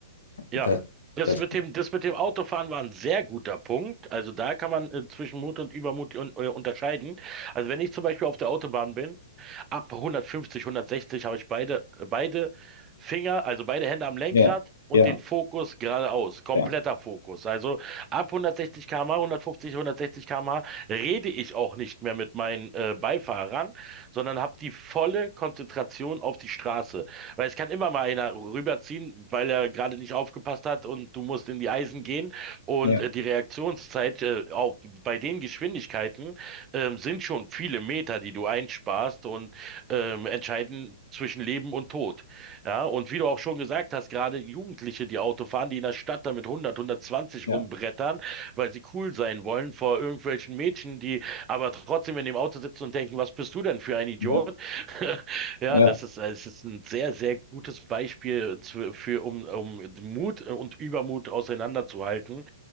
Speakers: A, on the left (about 70°); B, on the right (about 25°).
A: das,
B: Ja, das
A: das
B: mit dem, das mit dem Autofahren war ein sehr guter Punkt. Also da kann man äh, zwischen Mut und Übermut un, äh, unterscheiden. Also wenn ich zum Beispiel auf der Autobahn bin, Ab 150, 160 habe ich beide, beide Finger, also beide Hände am Lenkrad
A: Ja,
B: und
A: ja,
B: den Fokus geradeaus. Kompletter
A: ja,
B: Fokus. Also ab 160 km/h, 150, 160 km/h rede ich auch nicht mehr mit meinen äh, Beifahrern, sondern habe die volle Konzentration auf die Straße. Weil es kann immer mal einer rüberziehen, weil er gerade nicht aufgepasst hat und du musst in die Eisen gehen. Und
A: ja,
B: äh, die Reaktionszeit äh, auch bei den Geschwindigkeiten ähm, sind schon viele Meter, die du einsparst. Und ähm, entscheiden zwischen Leben und Tod. Ja, und wie du auch schon gesagt hast, gerade Jugendliche, die Auto fahren, die in der Stadt damit 100, 120
A: ja,
B: rumbrettern, weil sie cool sein wollen vor irgendwelchen Mädchen, die aber trotzdem in dem Auto sitzen und denken, was bist du denn für ein Idiot?
A: ja,
B: <laughs> Ja,
A: ja.
B: das ist, es ist ein sehr, sehr gutes Beispiel zu, für, um, um Mut und Übermut auseinanderzuhalten.